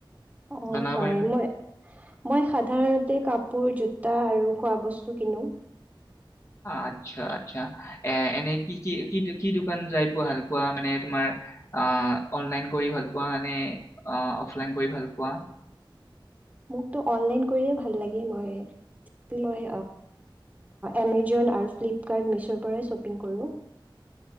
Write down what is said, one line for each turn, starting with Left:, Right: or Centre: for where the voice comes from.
Right: অ
Left: জনাব
Right: অ হয়
Left: পাৰিবানে?
Right: ম‌ই মই সাধাৰণতে কাপোৰ জোতা আৰু খোৱাবস্তু কিনো।
Left: আচ্ছা আচ্ছা এ এনে কি কি কি কি দোকান যাই পোৱা ভাল পোৱা মানে তোমাৰ অ অনলাইন কৰি ভাল পোৱা নে অফলাইন কৰি ভাল পোৱা?
Right: মোক‌ অনলাইন কৰিয়েই ভাল লাগে মই মই আমাজন আৰু ফ্লিপকাৰ্ট মীশোৰ পৰাই শ্বপিং কৰোঁ।